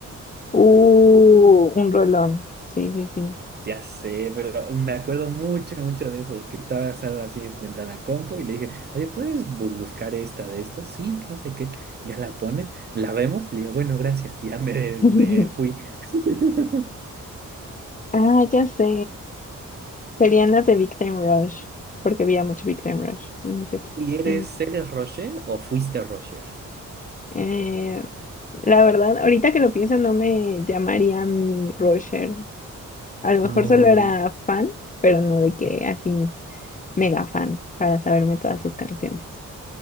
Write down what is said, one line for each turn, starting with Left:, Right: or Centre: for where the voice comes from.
Left: Uh, un rolón. Sí, sí, sí.
Right: Ya sé, pero me acuerdo mucho, mucho de eso, que estaba asado así frente a la compu y le dije, oye, ¿puedes bus- buscar esta de estos Sí, que no sé qué. Ya la pone, la vemos, y le digo, bueno, gracias. Y ya me,
Left: <laughs>
Right: me fui. <laughs>
Left: Ah, ya sé. Serían las de Big Time Rush, porque había mucho Big Time Rush. Entonces,
Right: ¿Y eres,
Left: en-
Right: eres Roger o fuiste Roger?
Left: eh, la verdad, ahorita que lo pienso, no me llamaría mi rusher. A lo mejor
Right: No.
Left: solo era fan, pero no de que así mega fan para saberme todas sus canciones.